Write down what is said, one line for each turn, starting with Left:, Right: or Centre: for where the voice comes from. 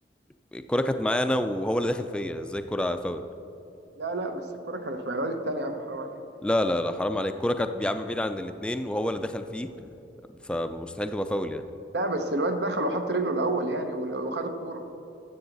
Centre: الكرة كانت معانا وهو اللي دخل فيا ازاي الكرة فاول
Right: لا لا بس الكرة كانت مع الواد التاني يا عم حرام عليك
Centre: لا لا لا حرام عليك الكرة كانت يا عم بعيد عن الاتنين وهو اللي دخل فيه فمستحيل تبقى فاول يعني
Right: لا بس الواد دخل وحط رجله الأول يعني و- وخد الكورة